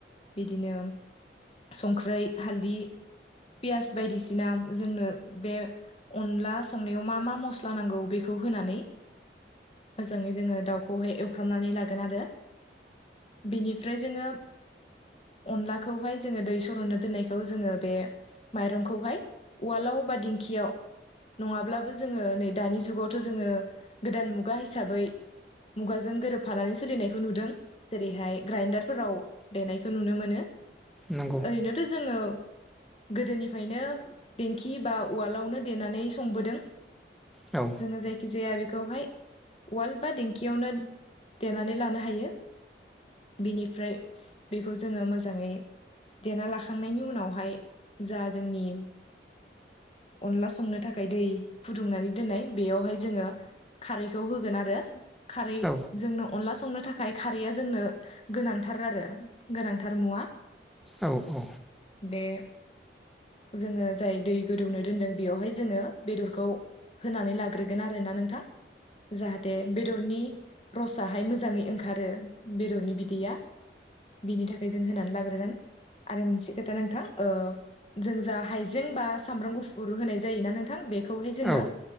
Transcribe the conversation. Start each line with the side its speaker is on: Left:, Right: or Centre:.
Left: बिदिनो संख्रै, हालदि पियास बायदिसिना जोंनो बे अनला संनायाव मा मा मस्ला नांगौ बेखौ होनानै मोजाङै जोङो दाउखौहाय एवफ्रामनानै लागोन आरो बेनिफ्राय जोङो अनलाखौहाय जोङो दै सरनो दोननायखौ जोङो बे माइरंखौहाय उवालाव बा दिंखियाव नङाब्लाबो जोङो नै दानि जुगावथ' जोङो गोदान मुगा हिसाबै मुगाजों गोरोबफानानै सोलिनायखौ नुदों, जेरैहाय ग्राइनडारफोराव देनायखौ नुनो मोनो।
Centre: नंगौ
Left: ओरैनोथ' जोङो गोदोनिफ्रायनो देंखि बा उवालावनो देनानै संबोदों।
Centre: औ
Left: जोङो जायखि जाया बे बखौहाय उवाल बा दिेंखियावनो देनानै लानो हायो बेनिफ्राय बेखौ जोङो मोजाङै देना लाखांनायनि उनावहाय जा जोंनि अनला संनो थाखाय दै फुदुंनानै दोननाय बेयावहाय जोङो खारैखौ होगोन आरो खारै
Centre: औ
Left: जोंनो अनला संनो थाखाय खारैया जोंनो गोनांथार आरो गोनांथार मुवा
Centre: औ औ
Left: बे जोङो जाय दै गोदौनो दोनदों बेयावहाय जोङो बेदरखौ होनानै लाग्रोगोन आरोना नोंथां जाहाथे बेदरनि रसाहाय मोजाङै ओंखारो बेदरनि बिदैया बेनि थाखाय जों होनानै लाग्रोगोन आरो मोनसे खोथा नोंथां ओ जों जा हाइजें बा सामब्राम गुफुर होनाय जायोना नोंथां बेखौहाय जोङो
Centre: औ